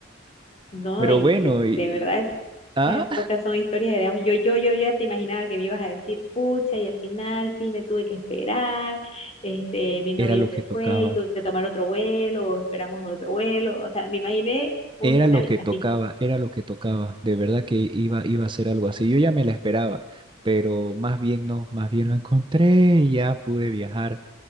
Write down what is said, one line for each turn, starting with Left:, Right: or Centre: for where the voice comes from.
Left: No,
Right: Pero
Left: y,
Right: bueno,
Left: y
Right: y,
Left: de verdad
Right: ah,
Left: Las pocas son historias de digamos, Yo, yo, yo ya te imaginaba que me ibas a decir, pucha, y al final sí me tuve que esperar, este, mi novia
Right: era lo
Left: se
Right: que tocaba,
Left: fue y tuve que tomar otro vuelo, o esperamos otro vuelo. O sea, me imaginé un
Right: era
Left: final
Right: lo que
Left: así,
Right: tocaba, era lo que tocaba. De verdad que iba, iba a ser algo así. Yo ya me la esperaba, pero más bien no, más bien lo encontré y ya pude viajar.